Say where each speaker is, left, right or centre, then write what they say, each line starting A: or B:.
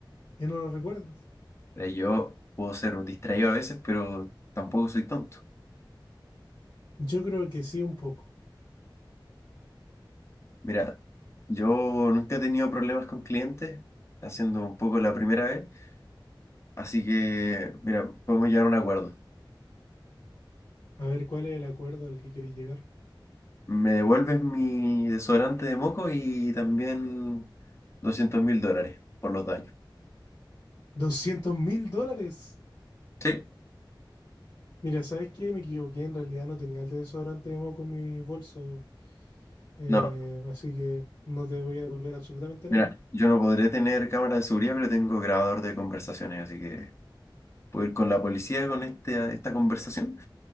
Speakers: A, on the left; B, on the left.
A: y no lo recuerdas.
B: Mira, yo puedo ser un distraído a veces, pero tampoco soy tonto.
A: Yo creo que sí, un poco.
B: Mira, yo nunca he tenido problemas con clientes, haciendo un poco la primera vez, así que, mira, podemos llegar a un acuerdo.
A: A ver, ¿cuál es el acuerdo al que quieres llegar?
B: Me devuelves mi desodorante de moco y también doscientos mil dólares por los daños.
A: Doscientos mil dólares!
B: Sí,
A: Mira, ¿sabes qué? Me equivoqué, en realidad no tenía el desodorante de moco en mi bolso, eh,
B: no,
A: así que no te voy a devolver absolutamente
B: mira,
A: nada.
B: yo no podré tener cámara de seguridad, pero tengo grabador de conversaciones, así que puedo ir con la policía con este, esta conversación